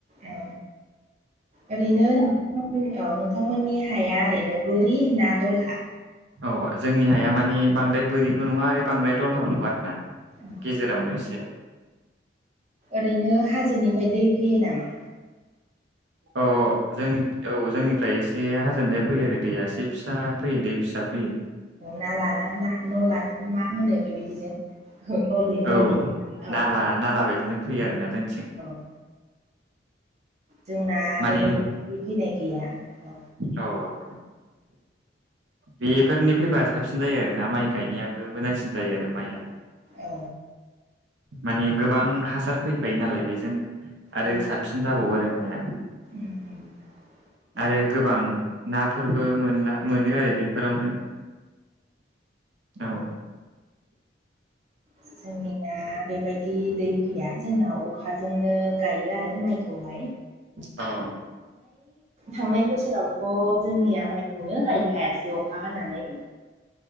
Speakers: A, on the right; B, on the right.
A: औ ओरैनो नोंथांनि औ नोंथांमोननि हाया ओरैनो बोरि ना दलहा।
B: अ' जोंनि हाया मानि बांद्राय बोरिबो नङा आरो बांद्राय दलहाबो नङा आरो ना।
A: औ
B: गेजेरावनो एसे
A: ओरैनो हाजोनिफ्राय दै फैयो नामा?
B: औ जोंनि औ जोंनिफ्राय एसे हाजोनथायाय फैयो आरो दैया एसे फिसा फैयो दै फिसा फैयो
A: नाला ना मा होनो बेबायदिजों नलि
B: औ
A: नलि औ
B: नाला नाला बायदिजों फैयो आरोना जोंथिं।
A: औ जोंना
B: माने
A: बेबायदि फैनाय गैया। औ
B: औ। बेफोरनि फैबा साबसिन जायो आरोना माइ गायनायाबो मोजांसिन जायो आरो माइआ।
A: औ
B: माने गोबां हासार फैफायो नालाय बेजों आरो
A: औ
B: साबसिन जाबावो आरो माइआ
A: उम उम नंगौ
B: आरो गोबां नाफोरबो मोनो आरो बेफोरावनो <inaudible> औ
A: जोंनि दा बेबायदि दै फैया जोंनााव अखाजोंनो गायो आरो माइखौहाय।
B: अ'।
A: थांनाय बोसोरावथ' जोंनिया माइखौनो गायनो हायासै अखा हानानै।
B: <inaudible>